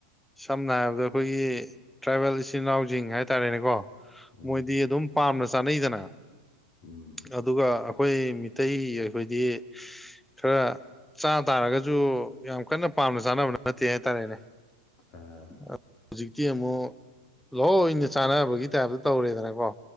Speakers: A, in the centre; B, on the left (about 50°).
A: ꯁꯝꯅ ꯍꯥꯏꯔꯕꯗ ꯑꯩꯈꯣꯏꯒꯤ ꯇ꯭ꯔꯥꯏꯕꯦꯜ ꯏꯆꯤꯟ ꯏꯅꯥꯎꯁꯤꯡꯤꯡ ꯍꯥꯏꯇꯥꯔꯦꯅꯦꯀꯣ
B: ꯎꯝ
A: ꯃꯣꯏꯗꯤ ꯑꯗꯨꯝ ꯄꯥꯝꯅ ꯄꯁꯥꯅꯗꯅ
B: ꯎꯝ
A: ꯑꯗꯨꯒ ꯑꯩꯈꯣꯏ ꯃꯤꯇꯩ ꯑꯩꯈꯣꯏꯗꯤ ꯈꯔ ꯆꯥ ꯇꯥꯔꯒꯁꯨ ꯌꯥꯝ ꯀꯟꯅ ꯄꯥꯝꯅ ꯆꯥꯅꯕ ꯅꯠꯇꯦ ꯍꯥꯏꯇꯥꯔꯦꯅꯦ
B: ꯑꯥ
A: ꯍꯧꯖꯤꯛꯇꯤ ꯑꯃꯨꯛ ꯂꯍꯑꯣ ꯑꯩꯅ ꯆꯥꯟꯅꯕꯒꯤ ꯇꯥꯏꯞꯇ ꯇꯧꯔꯦꯗꯅꯀꯣ